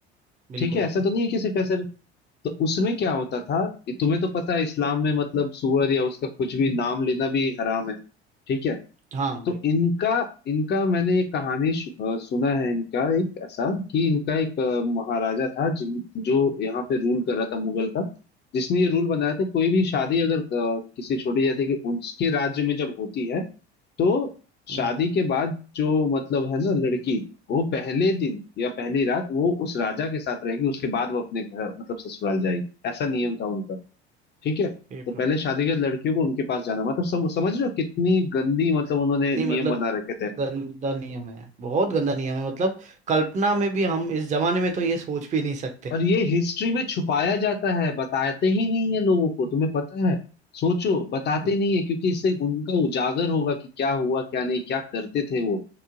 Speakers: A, on the right; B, on the left.
A: बिल्कुल
B: ठीक है ऐसा तो नहीं है कि सिर्फ ऐसे तो उसमें क्या होता था ये तुम्हें तो पता है इस्लाम में मतलब सूअर या उसका कुछ भी नाम लेना भी हराम है ठीक है
A: हाँ बिल्कुल
B: तो इनका इनका मैंने एक कहानी शु- अ, सुना है इनका एक ऐसा कि इनका एक अ, महाराजा था जिन जो यहाँ पे रूल कर रहा था मुगल का जिसने ये रूल बनाया था कोई भी शादी अगर अ, किसी छोड़ी जाती है कि उसके राज्य में जब होती है तो
A: हम्म
B: शादी के बाद जो मतलब है ना लड़की वो पहले दिन या पहली रात वो उस राजा के साथ रहेगी उसके बाद वो अपने घर मतलब ससुराल जाएगी ऐसा नियम था उनका ठीक है
A: हे प्रभु
B: तो पहले शादी के बाद लड़कियों को उनके पास जाना मतलब सम, समझ रहे हो कितनी गंदी मतलब उन्होंने
A: इतनी
B: नियम
A: मतलब
B: बना रखे थे
A: गंदा नियम है बहुत गंदा नियम है मतलब कल्पना में भी हम इस जमाने में तो ये सोच भी नहीं सकते
B: और ये हिस्ट्री में छुपाया जाता है बताते ही नहीं है लोगों को तुम्हें पता है सोचो बताते
A: बिल-
B: नहीं है क्योंकि इससे उनका उजागर होगा कि क्या हुआ क्या नहीं क्या करते थे वो